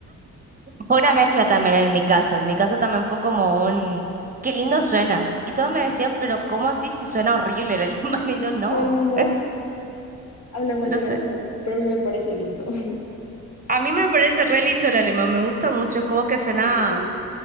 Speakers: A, on the right; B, on the left.
A: Fue una mezcla también en mi caso. En mi caso también fue como un, qué lindo suena. Y todos me decían, pero ¿cómo así si suena horrible el alemán? <laughs> Y yo, no,
B: Todo el mundo habla mal
A: no
B: del
A: suena.
B: alemán, pero a mí me parece lindo. <laughs>
A: A mí me parece re lindo el alemán, me gusta mucho, es como que suena,
B: Ay, Sí,